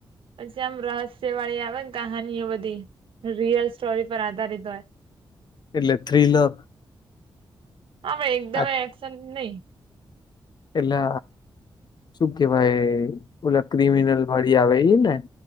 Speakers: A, on the right; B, on the left.
A: પછી આમ રહસ્ય વાળી આવે ને કહાનીઓ બધી રિયલ સ્ટોરી પર આધારિત હોય
B: એટલે થ્રીલર
A: હા ભાઈ એકદમ
B: આ
A: એક્શન નહી
B: એટલે શું કેવાય ઓલા ક્રિમિનલ વાળી આવે એ ને